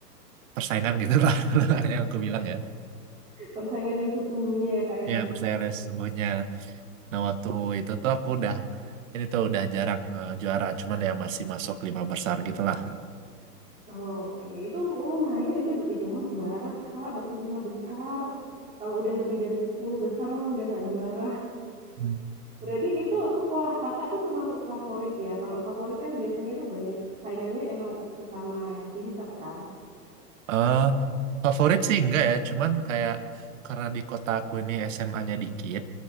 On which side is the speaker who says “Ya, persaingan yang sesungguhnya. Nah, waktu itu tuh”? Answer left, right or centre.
Right